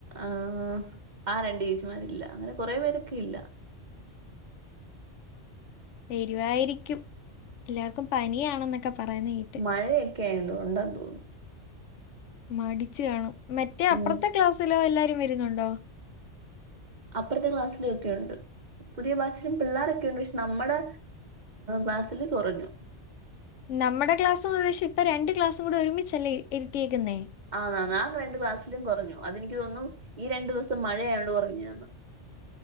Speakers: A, on the right; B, on the left.
A: ആഹ് ആ രണ്ട് ചേച്ചിമാരില്ല അങ്ങനെ കൊറേ പേരൊക്കെ ഇല്ല
B: വരുവായിരിക്കും എല്ലാവർക്കും പനിയാണെന്നൊക്കെ പറയുന്ന കേ
A: മഴയൊക്കെ ആണെന്ന് ഉണ്ടെന്ന് തോന്നുന്ന്
B: മടിച്ച് കാണും മറ്റേ
A: ഉം.
B: അപ്പുറത്തെ ക്ലാസ്സിലോ എല്ലാരും വരുന്നുണ്ടോ
A: അപ്പുറത്തെ ക്ലാസ്സിലുവൊക്കെയുണ്ട് പുതിയ ബാച്ചിലും പിള്ളാരൊക്കെയുണ്ട് പക്ഷെ നമ്മടെ ബാച്ചില് കുറഞ്ഞു
B: നമ്മുടെ ക്ലാസ്സ് ഉദ്ദേശം ഇപ്പൊ രണ്ട് ക്ലാസ്സും കൂടെ ഒരുമിച്ചല്ലേ ഇരുത്തിയേക്കുന്നേ
A: ആഹ് രണ്ട് ക്ലാസിലും കുറഞ്ഞു അതെനിക്ക് തോന്നുന്നു ഈ രണ്ടു ദിവസം മഴയായോണ്ട് കുറഞ്ഞെയാന്ന്